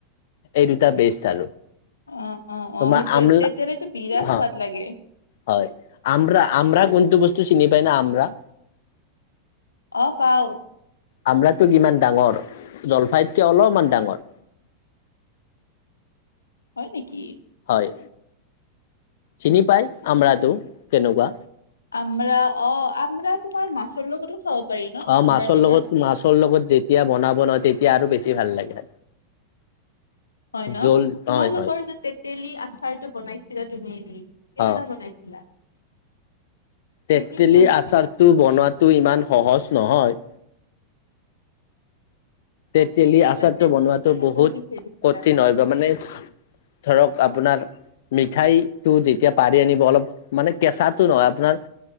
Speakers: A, on the left; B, on the left.
A: এই দুটা বেষ্ট আৰু
B: অ' অ'
A: তোমাৰ
B: অ' সেইটোয়ে
A: আমলা
B: তেতিলীতো বিৰাট
A: হা
B: সোৱাদ লাগে।
A: হয়, আমৰা আমৰা কোনটো বস্তু চিনি পায়না আমৰা?
B: অ' পাওঁ।
A: আমৰাতো কিমান ডাঙৰ, জলফাইতকে অলপমান ডাঙৰ।
B: হয় নেকি।
A: হয়, চিনি পায় আমৰাটো কেনেকুৱা?
B: আমৰা অ' আমৰা তোমাৰ মাছৰ লগতো খাব পাৰি ন
A: অ'
B: আমৰা
A: মাছৰ
B: টেঙা
A: লগত, মাছৰ লগত যেতিয়া বনাব নহয়, তেতিয়া আৰু বেছি ভাল লাগে।
B: হয়নো
A: জল
B: তোমালোকৰ
A: হয় হয়
B: যে তেঁতেলী আচাৰটো বনাইছিলা তুমি কেনেকা
A: অ
B: বনাইছিলা?
A: তেঁতেলী
B: নে কিনি আনিছিলা
A: আচাৰটো বনোৱাটো ইমান সহজ নহয়। তেঁতেলী
B: কি দিছিলা
A: আচাৰটো
B: চেনি
A: বনোৱা
B: দিছিলা নে
A: বহুত
B: গুৰ মিঠৈ দিছিলা
A: কঠিন হয় বা মানে ধৰক আপোনাৰ মিঠাই টো যেতিয়া পাৰি আনিব অলপ মানে কেঁচাটো নহয়। আপোনাৰ